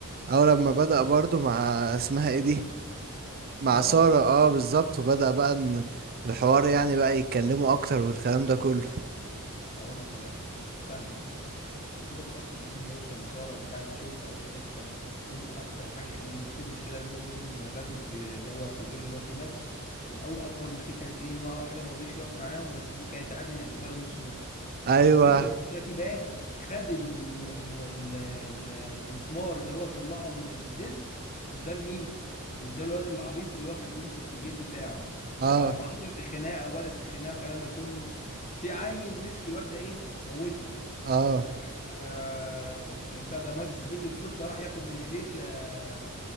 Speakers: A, on the right (about 45°); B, on the left (about 35°).
A: او لما بدأ برضو مع اسمها ايه دي مع
B: ساره
A: سارة اه بالظبط وبدأ بقى ان الحوار يعني بقى يتكلموا اكتر والكلام ده كله
B: اقول لك يا باشا ثانية يا ثانية تسيبك اصلا قبل ما يوصل لسارة وبتاع انت شفت اول حتة ايه الاكتر حاجة خلت فيه مشكلة بينه وبين باج والسي- اللي هو سيودور اللي هو تي باج اول اكبر مشكلة كانت ايه ان هو اول حاجة ما رضيش يقف معاهم بس دي كانت عادي نعتبرها نص نص
A: ايوه
B: بس الفكرة ان بتاع تي باج خد الم... الم... ال- المسمار اللي هو طلعه من الديسك واداه لمين؟ واداه الواد العبيط اللي هو كان بيمسك في الجيب بتاعه
A: اه
B: فلما حصلت الخناقه وبدات الخناقه والكلام ده كله في عيل مسك الواد ده ايه موته
A: اه
B: وراح آه بتاع ده مايكل سكوفيلد بالصدفه راح ياخد من ايديه ال- آه،